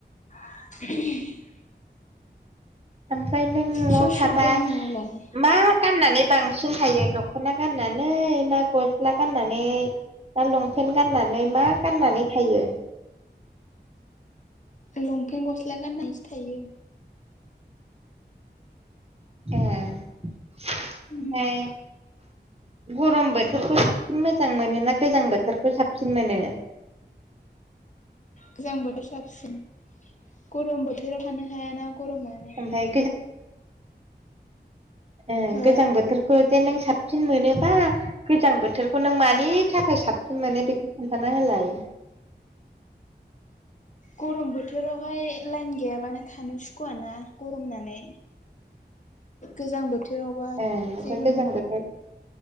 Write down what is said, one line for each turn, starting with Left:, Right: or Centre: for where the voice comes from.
Left: <unintelligible>
Right: फ्राय नों
Left: सोर
Right: न'आव
Left: सोर
Right: थाबा
Left: दं न'आवलाय
Right: मा गाननानै बांसिन थायो दख'ना गाननानै ना गस्ला गाननानै ना लंफेन गाननानै मा गाननानै थायो?
Left: लंफेन गस्ला गाननायसो थायो।
Right: ए ओमफाय
Left: उम
Right: गरम बोथोरखौ साबसिन मोजां मोनो ना गोजां बोथोरखौ साबसिन मोनो? <inaudible>
Left: गोजां बोथोर साबसिन गरम बोथोराव थानो हायाना गरमनानै
Right: ओमफ्राय ओं
Left: हो
Right: गोजां बोथोरखौ जे नों साब सिन मोनोबा गोजां बोथोरखौ नों मानि थाखाय साबसिन मोनो बेखौ खोनथाना होलाय <inaudible>
Left: गरम बोथोरावहाय लाइन गैयाबानो थानो सुखुवाना गरमनानै गोजां बोथोरावबा
Right: ओं ओमफ्राय
Left: जेबो
Right: गोजां
Left: नङा
Right: बोथोर